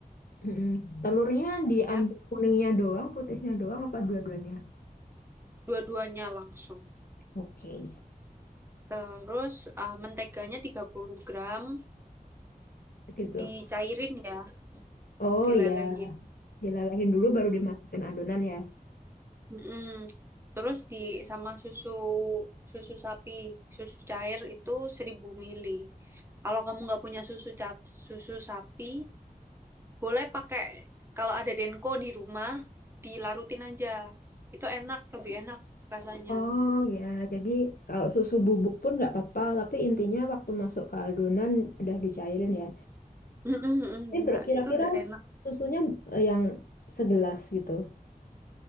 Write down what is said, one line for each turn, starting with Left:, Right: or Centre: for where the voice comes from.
Left: Mm-mm. Telurnya diambil
Right: Ya,
Left: kuningnya doang, putihnya doang, apa dua-duanya?
Right: dua-duanya langsung.
Left: Oke.
Right: Terus ah, menteganya 30 gram
Left: Tiga.
Right: dicairin ya,
Left: Oh
Right: dilelehin.
Left: ya, dilelehin dulu baru
Right: Mm.
Left: dimasukin adonan ya.
Right: Mm-mm. Terus di sama susu susu sapi, susu cair itu 1000 mili. Kalau kamu nggak punya susu cap, susu sapi, boleh pakai kalau ada Denko di rumah dilarutin aja. Itu enak, lebih enak rasanya.
Left: Oh ya, jadi kalau susu bubuk pun nggak apa-apa, tapi intinya waktu masuk ke adonan udah dicairin ya.
Right: Mm-mm,
Left: Ini
Right: benar,
Left: berkira-kira
Right: itu udah enak
Left: susunya eh, yang segelas gitu.